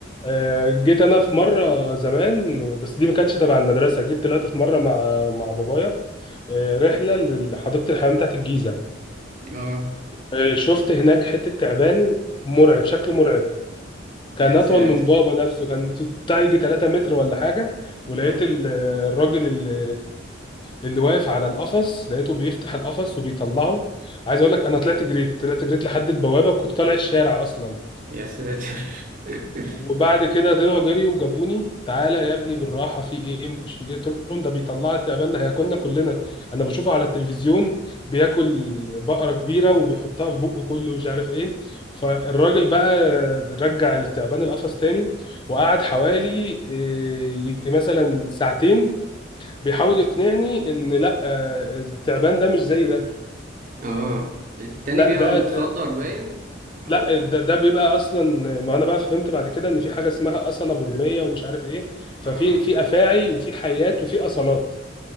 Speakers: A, on the left (about 25°); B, on the right (about 40°).
A: آه، جيت انا في مره زمان بس دي ما كانتش تبع المدرسه جيت طلعت في مره مع مع بابايا آه، رحله لحديقه الحيوان بتاعت الجيزه
B: اه
A: آه، شفت هناك حته تعبان مرعب شكل مرعب كان
B: يا
A: اطول
B: ساتر
A: من بابا نفسه كان بتاع يجي 3 متر ولا حاجه ولقيت
B: وات-
A: ال- الراجل اللي اللي واقف على القفص لقيته بيفتح القفص وبيطلعه عايز اقول لك انا طلعت جريت طلعت جريت لحد البوابه وكنت طالع الشارع اصلا
B: يا ساتر <laughs>
A: وبعد كده طلعوا جري وجابوني تعالى يا ابني بالراحه في ايه مش في ايه قلت لهم ده بيطلع تقابلنا هياكلنا كلنا انا بشوفه على التلفزيون بياكل بقره كبيره وبيحطها في بقه كله مش عارف ايه فالراجل بقى رجع التعبان القفص تاني وقعد حوالي إيه، يجي مثلا ساعتين بيحاول يقنعني ان لا آه، التعبان ده مش زي ده
B: اه التاني
A: لا
B: بيبقى
A: ده
B: متخدر باين أو
A: لا ده ده بيبقى اصلا ما انا بقى فهمت بعد كده ان في حاجه اسمها اصله برميه ومش عارف ايه ففي
B: آه،
A: في افاعي وفي حيات وفي اصلات